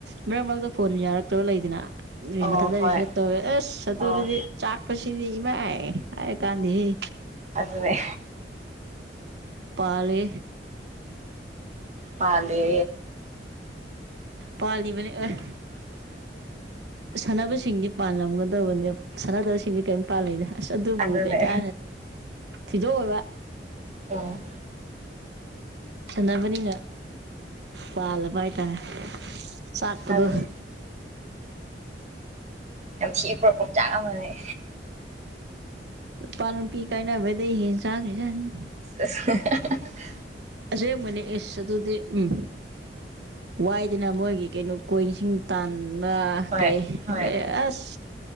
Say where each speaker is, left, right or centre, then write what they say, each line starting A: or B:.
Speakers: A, on the right; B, on the right.
A: ꯃꯔꯛ ꯃꯔꯛꯇ ꯐꯣꯟ ꯌꯥꯔꯛꯇꯕ ꯂꯩꯗꯅ ꯔꯤꯁ
B: ꯑꯣ
A: ꯃꯊꯥꯗꯔꯤꯁ
B: ꯍꯣꯏ
A: ꯇꯧꯋꯦ ꯑꯁ ꯑꯗꯨ
B: ꯑꯣ
A: ꯑꯗꯨꯗꯤ ꯆꯥꯛꯄ ꯁꯤ ꯃ ꯑꯩ ꯀꯥꯟꯗꯤꯁꯤ
B: ꯑꯗꯨꯅꯦ
A: ꯄꯥꯂꯦ
B: ꯄꯗꯦ
A: ꯄꯥꯜꯂꯤꯕꯅꯤ ꯑꯣꯏ
B: <unintelligible>
A: ꯁꯥꯟꯅꯕꯁꯤꯡꯗꯤ ꯄꯥꯜꯂꯝꯒꯗꯧꯕꯅꯦ ꯁꯥꯟꯅꯗꯕꯁꯤꯡꯁꯦ ꯀꯔꯤꯝ ꯄꯥꯜꯂꯗ ꯑꯁ ꯑꯗꯨꯕꯨ
B: ꯑꯗꯨꯅꯦ
A: ꯀꯩꯀꯥ ꯊꯤꯗꯣꯛꯑꯣꯏꯕ
B: ꯑ
A: ꯁꯥꯟꯅꯕꯅꯤꯅ ꯄꯥꯜꯂꯕ ꯍꯥꯏꯇꯥꯔꯦ ꯁꯥꯥꯛꯄꯗꯨ
B: ꯑꯗꯨꯅꯦ ꯌꯥꯝꯅꯨꯡꯁꯤ ꯄ꯭ꯔ ꯄꯣꯛꯆꯥꯛ ꯑꯃꯅꯤꯅꯦ
A: ꯄꯥꯅ ꯄꯤ ꯀ ꯏꯩꯅꯕꯗ ꯏꯖꯥꯒꯖꯅꯤ
B: <unintelligible>
A: ꯑꯁꯕꯅꯦ ꯑꯦꯁ ꯑꯗꯨꯗꯤ ꯎꯝ ꯋꯥꯏꯗꯅ ꯃꯣꯏꯒꯤ ꯀꯩꯅꯣ ꯀꯣꯏꯁꯤꯡ ꯇꯥꯟ
B: ꯍꯣꯏ
A: ꯀꯩꯣꯏ
B: ꯍꯣꯏ
A: ꯑꯁ